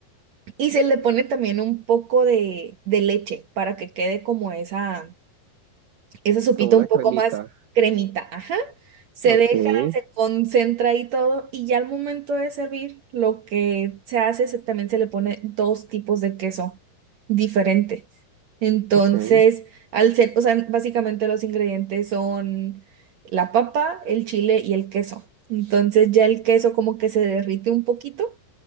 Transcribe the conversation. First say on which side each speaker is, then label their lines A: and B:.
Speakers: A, on the right (about 60°); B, on the right (about 80°).
A: Y se le pone también un poco de, de leche para que quede como esa esa sopita
B: como una
A: un poco
B: cremita,
A: más cremita, ajá. Se
B: ok,
A: deja, se concentra y todo, y ya al momento de servir, lo que se hace es que también se le pone dos tipos de queso diferente. Entonces,
B: ok.
A: al ser, o sea, básicamente los ingredientes son la papa, el chile y el queso. Entonces ya el queso como que se derrite un poquito